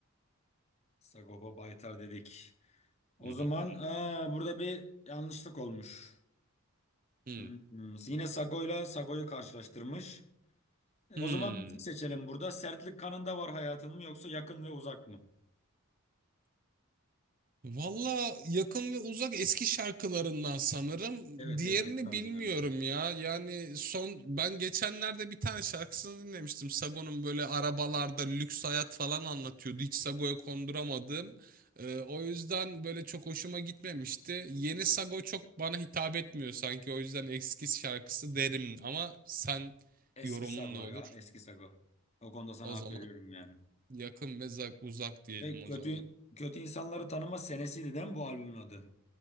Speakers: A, on the left; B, on the right.
A: Sagopa Baytar dedik. O
B: Hı hı.
A: zaman aa, burada bir yanlışlık olmuş.
B: Hı.
A: Hmm, Yine Sago'yla Sago'yu karşılaştırmış. E,
B: Hı.
A: o zaman müzik seçelim burada. Sertlik kanında var hayatın mı yoksa yakın ve uzak mı?
B: Valla yakın ve uzak eski şarkılarından sanırım.
A: Evet
B: Diğerini
A: evet eski albümlerinden.
B: bilmiyorum ya. Yani son ben geçenlerde bir tane şarkısını dinlemiştim. Sago'nun böyle arabalarda lüks hayat falan anlatıyordu. Hiç Sago'ya konduramadım. Ee, o yüzden böyle çok hoşuma gitmemişti. Yeni Sago çok bana hitap etmiyor sanki. O yüzden eski şarkısı derim. Ama sen
A: Eski
B: yorumun
A: Sago
B: ne olur?
A: ya. Eski Sago. O konuda sana
B: O
A: hak
B: zaman
A: veriyorum yani.
B: yakın ve za- uzak diyelim
A: E, kötü
B: o zaman.
A: kötü insanları tanıma senesiydi değil mi bu albümün adı?